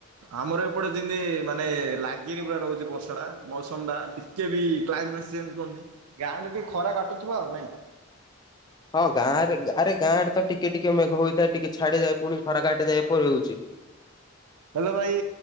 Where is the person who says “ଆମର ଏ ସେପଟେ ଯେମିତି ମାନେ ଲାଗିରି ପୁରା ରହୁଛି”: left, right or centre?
Right